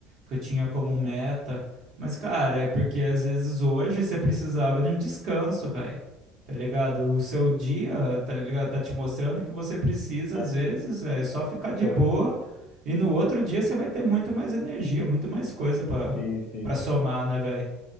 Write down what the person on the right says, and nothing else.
que eu tinha como meta. Mas, cara, é porque às vezes hoje você precisava de um descanso, velho. Tá ligado? O seu dia, tá ligado? Tá te mostrando que você precisa,
às vezes, é só ficar de
boa. E no outro dia você vai ter muito mais energia, muito mais coisa pra,
pra somar, né, velho?